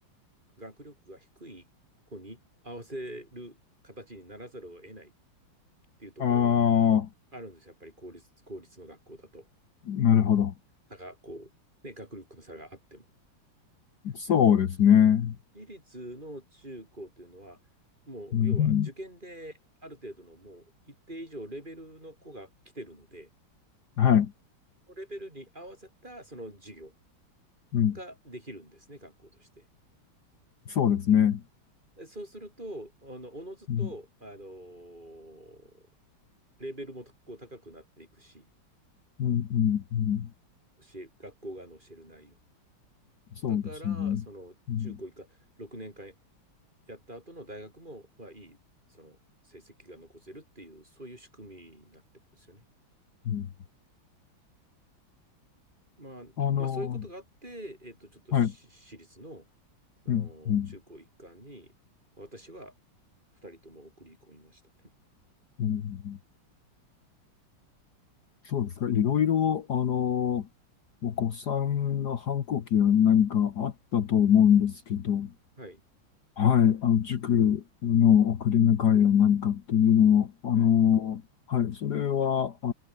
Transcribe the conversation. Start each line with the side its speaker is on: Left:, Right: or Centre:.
Right: 学力が低い子に合わせる形にならざるを得ないっていうところが
Left: ああ
Right: あるんですよ。やっぱり公立、公立の学校だと。
Left: ー、なるほど。
Right: 差が、こう、ね、学力の差があっても。
Left: そうですね。
Right: でも、私立の中高というのは、もう、
Left: うん。
Right: 要は受験である程度のもう一定以上レベルの子が来てるので、
Left: はい。
Right: そのレベルに合わせたその授業
Left: うん。
Right: ができるんですね、学校として。
Left: そうですね。
Right: でそうすると、あの、おのずと、
Left: うん。
Right: あのーレベルもこう高くなっていくし、
Left: うん。うん。うん
Right: 教え、学校側の教える内容。
Left: そうですね。
Right: だから、その中高以下、
Left: うん
Right: 6年間やった後の大学も、まあ、いい、その成績が残せるっていう、そういう仕組みになってるんですよね。
Left: うん。
Right: まあ、
Left: あの、
Right: まあ、そういうことがあって、えっと、ちょっとし私立の、
Left: はい。
Right: その中高一貫に、
Left: うん、うん、
Right: 私は2人とも送り込みましたね。
Left: うん。そうですか。いろいろ、あの、お子さんの反抗期は何かあったと思うんですけど、
Right: はい。
Left: はい。あの、塾の送り迎えや何かっていうのもあの、
Right: はい
Left: はい。それは、あ